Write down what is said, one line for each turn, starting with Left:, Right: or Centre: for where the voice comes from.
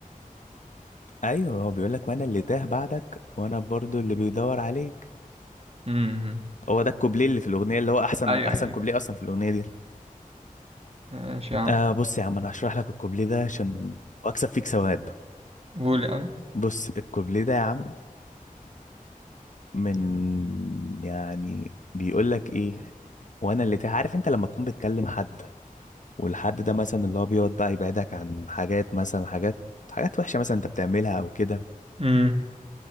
Left: ايوه هو بيقول لك وانا اللي تاه بعدك وانا برضو اللي بيدور عليك
Right: امم
Left: هو ده الكوبليه اللي في الاغنيه اللي هو احسن
Right: ايوه
Left: احسن
Right: ايوه ايوه
Left: كوبليه اصلا في الاغنيه دي
Right: ماشي يا عم
Left: آه بص يا عم انا هشرح لك الكوبليه ده عشان اكسب فيك ثواب
Right: قول يا عم
Left: بص الكوبليه ده يا عم من يعني بيقول لك ايه وانا اللي تاه عارف انت لما تكون بتكلم حد والحد ده مثلا اللي هو بيقعد بقى يبعدك عن حاجات مثلا حاجات حاجات وحشه مثلا انت بتعملها او كده
Right: امم